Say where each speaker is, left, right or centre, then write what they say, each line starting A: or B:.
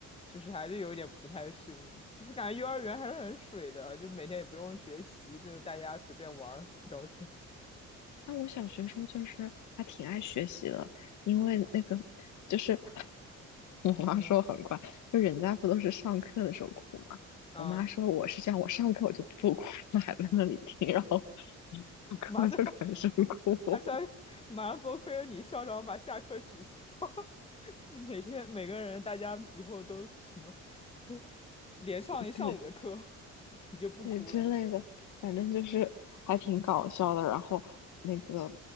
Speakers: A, on the left; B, on the left.
A: 就是还是有一点不太适应，就是感觉幼儿园还是很水的，就每天也不用学习，就是大家随便玩儿聊天。
B: 但我小学时候就是还挺爱学习的，因为那个就是 <laughs> 我妈说我很乖，
A: 嗯
B: 就人家不都是上课的时候哭嘛，
A: 啊。
B: 我妈说我是这样，我上课我就不哭了，<laughs> 还在那里听，然后 <laughs> 一上课就开始哭，
A: 马上 <laughs> 马上马上多亏了你校长把下课取消，<laughs> 每天每个人大家以后都什么 <laughs> 连上一上午的课，
B: <laughs> 对，
A: <laughs> 你就不哭了。
B: 对之类的，反正就是还挺搞笑的。然后那个，